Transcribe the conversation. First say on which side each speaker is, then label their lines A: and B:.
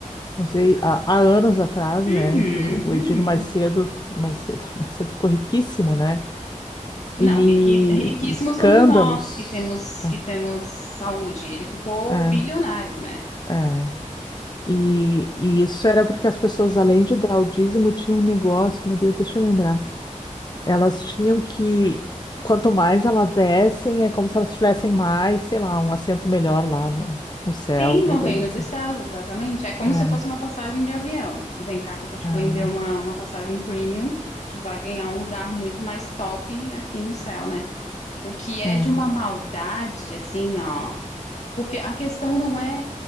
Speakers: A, on the left (about 30°); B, on the left (about 60°).
A: não sei, há, há anos atrás,
B: Uhum,
A: né, que o
B: uhum.
A: Edir mais cedo, mais cedo, <laughs> mais cedo ficou riquíssimo, né,
B: Não,
A: e,
B: riqui- riquíssimos
A: e escândalos,
B: somos nós que temos que temos saúde. Ele ficou
A: é, é,
B: bilionário, né?
A: é. E, e isso era porque as pessoas, além de dar o dízimo, tinham um negócio, meu Deus, deixa eu lembrar, elas tinham que, quanto mais elas dessem, é como se elas tivessem mais, sei lá, um assento melhor lá no, no céu,
B: Sim,
A: alguma
B: no
A: coisa
B: Reino
A: assim.
B: dos Céus, exatamente. É como
A: É,
B: se fosse uma passagem de avião. Vem cá que eu vou te
A: é.
B: vender uma, uma passagem premium. Tu vai ganhar um lugar muito mais top aqui no céu, né? O que é
A: É,
B: de uma maldade, assim, ó. Porque a questão não é